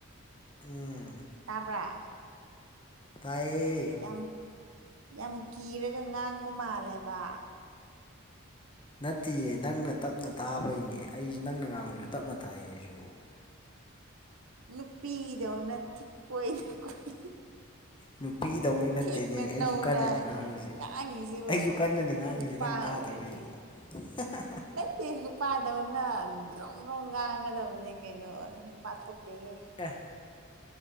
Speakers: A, on the left; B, on the right.
A: ꯎꯝ꯫
B: ꯇꯥꯕ꯭ꯔꯥ꯫
A: ꯇꯥꯏꯌꯦ꯫
B: ꯌꯥꯝ ꯌꯥꯝ ꯀꯤꯔꯒ ꯉꯥꯡꯕ ꯃꯥꯜꯂꯦꯕ꯫
A: ꯅꯠꯇꯦꯌꯦ ꯅꯪꯅ ꯇꯞꯅ ꯇꯥꯕꯩꯅꯦ ꯑꯩꯁꯨ ꯅꯪꯅ ꯉꯥꯡꯕꯁꯨ ꯇꯞꯅ ꯇꯥꯏꯌꯦ ꯑꯩꯁꯨ꯫
B: ꯅꯨꯄꯤꯗꯧꯅ ꯊꯤ ꯀꯣꯏꯅ ꯀꯣꯏ
A: ꯅꯨꯞ ꯄꯤꯗꯧꯉꯩ ꯅꯠꯇꯦꯅꯦ
B: ꯊꯦꯛꯅ
A: ꯑꯩꯁꯨ
B: ꯅꯧꯅ
A: ꯀꯟꯅꯗꯤ ꯉꯥꯡꯉꯁꯦ
B: ꯉꯥꯡꯉꯤꯁꯤꯕꯨ
A: ꯑꯩꯁꯨ ꯀꯟꯅꯗꯤ ꯉꯥꯡꯉꯁꯤ
B: ꯅꯨꯄꯥ
A: ꯅꯪ ꯇꯥꯗ꯭ꯔ
B: ꯑꯣꯏꯔꯗꯤ
A: ꯀꯩꯅꯣ꯫ <unintelligible>
B: ꯅꯠꯇꯦ ꯅꯨꯄꯥꯗꯧꯅ ꯗ꯭ꯔꯣꯝꯗꯔꯣꯝ ꯉꯥꯡꯒꯗꯕꯅꯦ ꯀꯩꯅꯣ꯫ ꯅꯨꯄꯥ ꯊꯣꯛꯇꯦꯍꯦ
A: ꯑꯦ